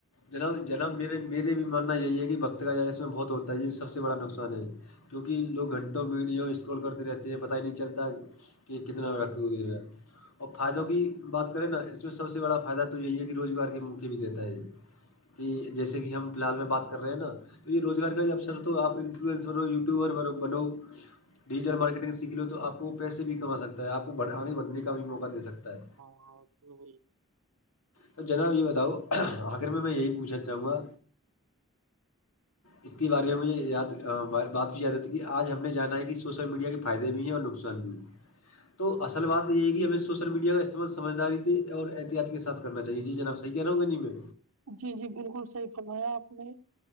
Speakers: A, on the left; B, on the right.
A: جناب جناب میرے میرے بھی ماننا یہی ہے کہ وقت کا جائے اس میں بہت ہوتا ہے یہ سب سے بڑا نقصان ہے کیونکہ لوگ گھنٹوں میں ویڈیو اسکرل کرتے رہتے ہیں پتہ ہی نہیں چلتا کہ کتنا <unintelligible> اور فائدوں کی بات کریں نا اس میں سب سے بڑا فائدہ تو یہی ہے کہ روزگار کے موقعے بھی دیتا ہے یہ کہ جیسے کہ ہم فی الحال میں بات کر رہے ہیں نا تو یہ روزگار کا بھی افثر تو آپ انفلوئنس بنو یوٹیوبر بنو ڈیجیٹل مارکیٹنگ سیکھھی لو تو آپ کو پیسے بھی کما سکتا ہے آپ کو آگے بڑھنے کا بھی موقع دے سکتا ہے
B: ہاں وہی
A: تو جناب یہ بتاؤ آخر میں میں یہی پوچھنا چاہوں گا اس کے بارے میں مجھے یاد بات بھی یاد آتی ہے کہ آج ہم نے جانا ہے کہ سوشل میڈیا کی فائدے بھی ہیں اور نقصان بھی تو اصل بات یہ ہے کہ ہمیں سوشل میڈیا کا استعمال سمجھداری اور احتیاط کے ساتھ کرنا چاہیے جی جناب سے صحیح کہہ رہا ہوں یا نہیں میں
B: جی جی بالکل صحیح فرمایا آپ نے